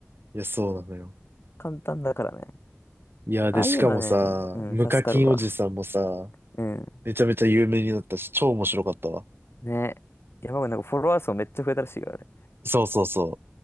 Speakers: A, on the right; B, on the left.
A: いや、そうなのよ。
B: 簡単だからね。
A: いや、で、
B: ああいうのはね、
A: しかもさ、
B: うん、
A: 無課金おじさんもさ、
B: 助かるわ。うん。
A: めちゃめちゃ有名になったし、超面白かったわ。
B: ね。山がなんかフォロワー数めっちゃ増えたらしいからね。
A: そうそうそ